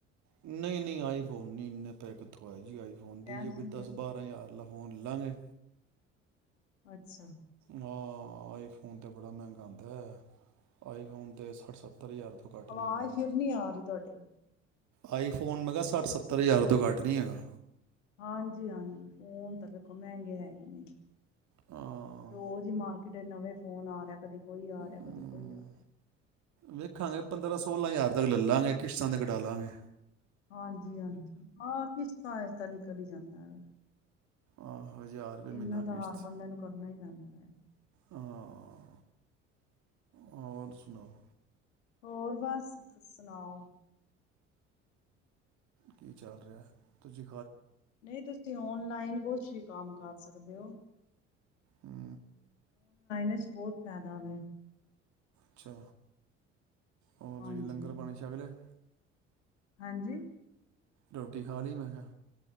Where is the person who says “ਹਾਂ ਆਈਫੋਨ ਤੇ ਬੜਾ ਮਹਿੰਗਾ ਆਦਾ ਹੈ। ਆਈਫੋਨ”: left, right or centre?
Right